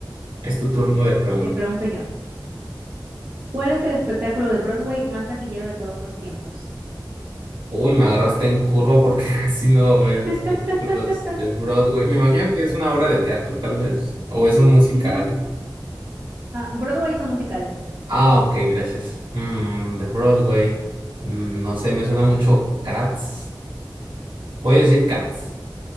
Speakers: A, on the right; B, on the right.
A: Es tu turno
B: Ok,
A: de pregunta.
B: te pregunto yo. ¿Cuál es el espectáculo de Broadway más taquillero de todos los tiempos?
A: Uy, me agarraste en curva porque <laughs> casi no
B: <laughs>
A: veo espectáculos de Broadway. Me imagino que es una obra de teatro, tal vez. O es un musical.
B: Ujú. Ah, Broadway son musicales.
A: Ah, ok, gracias. Mm, de Broadway. Mm, no sé, me suena mucho Cats. Voy a decir Cats.
B: Mm,